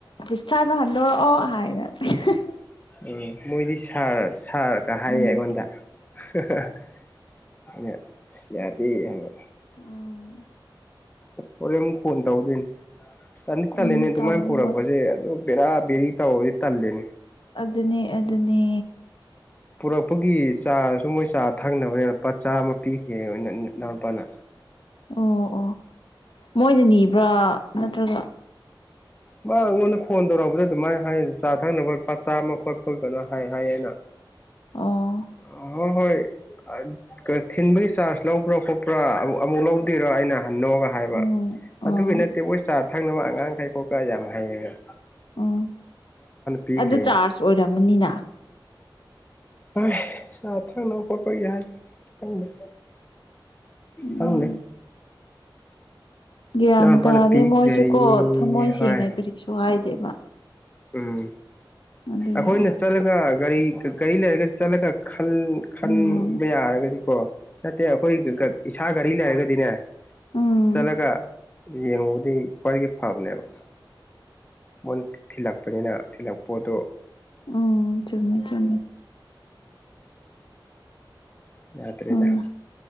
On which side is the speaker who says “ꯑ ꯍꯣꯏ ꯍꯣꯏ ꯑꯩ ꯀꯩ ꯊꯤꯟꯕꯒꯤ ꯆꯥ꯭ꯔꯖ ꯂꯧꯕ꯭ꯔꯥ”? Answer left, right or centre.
Left